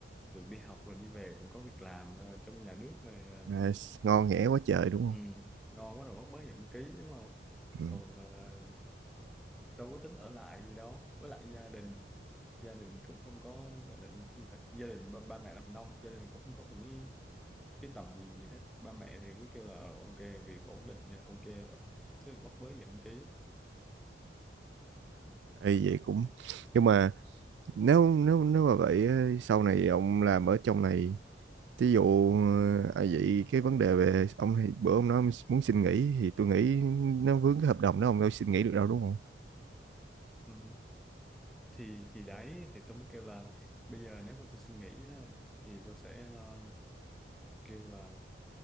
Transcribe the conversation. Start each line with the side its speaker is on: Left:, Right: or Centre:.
Centre: được đi học rồi đi về cũng có việc làm ờ, trong nhà nước rồi ờ,
Right: à, ngon
Centre: ừ,
Right: nghẻ quá trời đúng không?
Centre: ừ, ngon quá rồi bắt mới nhận ký đúng không
Right: Ừ.
Centre: còn ờ, đâu có tính ở lại gì đâu với lại gia đình gia đình cũng không có gọi là gì ta gia đình ba, ba mẹ làm nông gia đình cũng không có một cái, cái tầm nhìn gì hết ba mẹ thì cứ kêu là ờ, ok việc ổn định thì ok rồi chứ bắt mới nhận ký ừ.
Right: Ê, vậy cũng nhưng mà nếu nếu nếu mà vậy á, sau này ông làm ở trong này ví dụ ờ, à, vậy cái vấn đề về ông thì bữa ông nói ông muốn xin nghỉ thì tôi nghĩ nó vướng cái hợp đồng đó ông đâu xin nghỉ được đâu đúng không?
Centre: Ừ. thì thì đấy thì tôi mới kêu là bây giờ nếu mà tôi suy nghĩ á, thì tôi sẽ ờ, kêu là